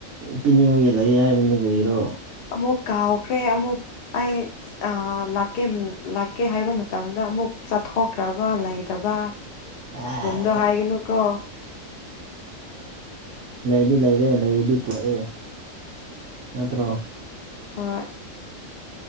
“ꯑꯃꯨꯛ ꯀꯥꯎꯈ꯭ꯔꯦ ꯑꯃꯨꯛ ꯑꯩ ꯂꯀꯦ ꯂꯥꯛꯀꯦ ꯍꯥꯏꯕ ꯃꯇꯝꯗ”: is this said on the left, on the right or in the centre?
Left